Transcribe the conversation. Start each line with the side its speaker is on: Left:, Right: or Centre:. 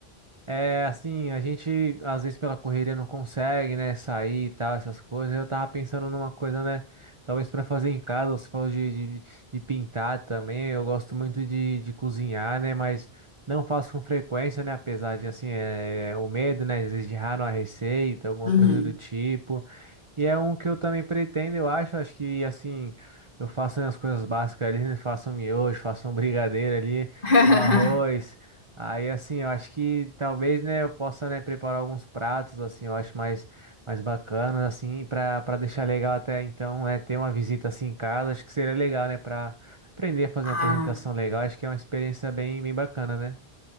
Right: É, assim, a gente às vezes pela correria não consegue, né, sair e tal, essas coisas. Eu tava pensando numa coisa, né, talvez pra fazer em casa, você falou de, de, de pintar também. Eu gosto muito de, de cozinhar, né, mas não faço com frequência, né, apesar de, assim, é, o medo, né, às vezes de errar numa receita, alguma
Left: Uhum.
Right: coisa do tipo. E é um que eu também pretendo, eu acho. Acho que assim, eu faço as coisas básicas ali, né? Faço um miojo, faço um brigadeiro ali,
Left: <laughs>
Right: um arroz. Aí assim, eu acho que talvez, né, eu possa, né, preparar alguns pratos assim, eu acho mais mais bacanas assim, para para deixar legal até então, né, ter uma visita assim em casa, acho que seria legal, né, para aprender a fazer
Left: Ah,
Right: uma apresentação legal. Acho que é uma experiência bem bem bacana, né?